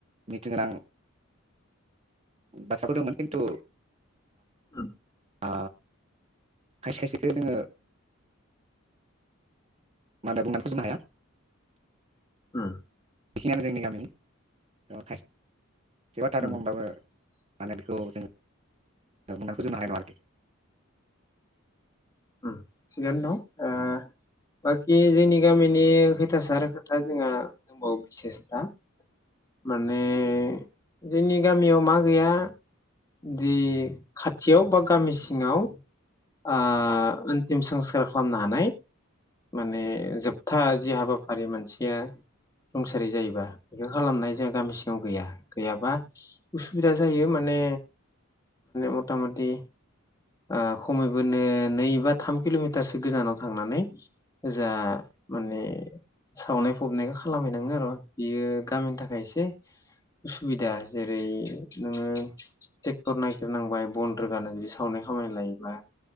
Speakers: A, on the right (about 30°); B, on the left (about 15°).
A: मिथिनो गोनां बाथ्राफोर दंमोन। खिन्थु
B: <unintelligible>
A: ओ खायसे खायसेखो जोङो मा होनो बुंनानै फोजोबनो हाया।
B: उम।
A: बेखिनियानो जोंनि गामिनि। दा खाय से बाथ्रा
B: उम
A: दंमोनबाबो माने बेखौ जोङो बुंना फोजोबनो हानाय नङा आरोखि।
B: उम थिगानो दं। ओ बाखि जोंनि गामिनि खैथासार खोथा जोंहा दंबावो बिसेसथा। माने जोंनि गामियाव मा गैया। जि खाथियाव बा गामि सिङाव आ अनतिम संस्कार खालामनो हानाय माने जोबथा जि हाबाफारि मानसिया रुंसारि जायोबा बेखौ खालामनाय जोंआ गामि सिङाव गैया। गैयाबा उसुबिदा जायो माने मता मति ओ खमैबोनो नै बा थाम किलमिटारसो गोजानाव थांनानै जा माने सावनाय फबनायखौ खालामहैनांगो र'। बियो गामिनि थाखाय एसे उसुबिदा। जेरै नोङो टेक्टर नायगिरनांबाय बन रोगानो जुदि सावनाय खामानि लायोबा।